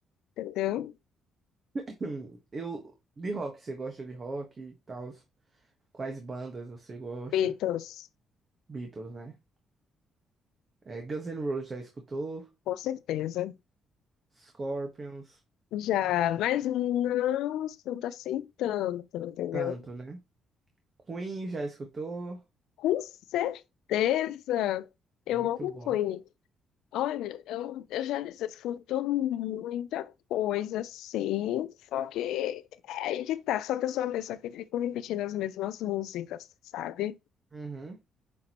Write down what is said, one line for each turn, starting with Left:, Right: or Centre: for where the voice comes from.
Left: entendeu?
Right: <clears throat> Hum, Eu... De rock, você gosta de rock e tal? Quais bandas você gosta?
Left: Beatles,
Right: Beatles, né? É, Guns N' Roses já escutou?
Left: com certeza.
Right: Scorpions,
Left: Já, mas não escuta assim tanto, entendeu?
Right: tanto, né? Queen já escutou?
Left: Com certeza. Eu
Right: É muito
Left: amo
Right: bom.
Left: Queen. Olha, eu, eu já disse, eu escuto muita coisa assim, só que é aí que tá, só que eu sou uma pessoa que fico repetindo as mesmas músicas, sabe?
Right: Uhum.